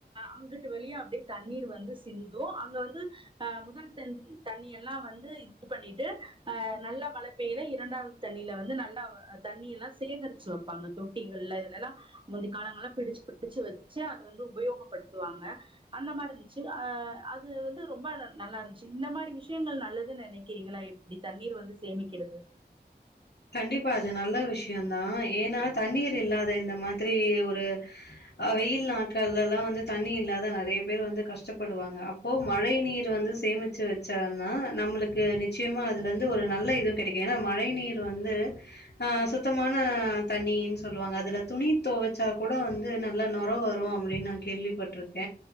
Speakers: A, on the right; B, on the left.
A: அங்கட்டு வழியே அப்படியே தண்ணீர் வந்து சி் ந்து அங்க வந்து முதல் தண்டு தண்ணி எல்லாம் வந்து இது பண்ணிட்டு அஹ நல்லா மழை ப்பையில இரண்டாவது தண்ணியில வந்து நல்லா தண்ணி எல்லாம் சேகரிச்சு வைப்பாங்க தொட்டிகள்ல இதுலெல்லாம் முந்தி காலங்கள பிடிச்ச பிடிச்ச வச்சு அத வந்து உபயோகப்படுத்துவாங்க அந்த மாரி இருந்துச்சு ஆ அது வந்து ரொம்ப நல்லா இருந்துச்சு இந்த மாரி விஷயங்கள் நல்லது நனைக்கிறீங்களா எப்படி தண்ணீர் வந்து சேமிக்கிறது து
B: கண்டிப்பா அது நல்ல விஷ யதான் ஏன்னா தண்ணீர் இல்லாத இந்த மாதிரி ஒரு வெயில் நாட்கள்லல்லா வந்து தண்ணி இல்லாத நெறைய பேர் வந்து கஷ்டப்படுவாங்க அப்போ மழை நீர் வந்து சேமிச்சு வச்சானா நம்மளுக்கு நிச்சயமா அதுலந்து ஒரு நல்ல இதுவு கிடைக்கும் ஏனா மழை நீர் வந்து அ சுத்தமான தண்ணினு சொல்லுவாங்க அதுல துணி துவச்சா கூட வந்து நல்லா நொற வரும் அப்டின்னு நான் கேள்விப்பட்டிருக்க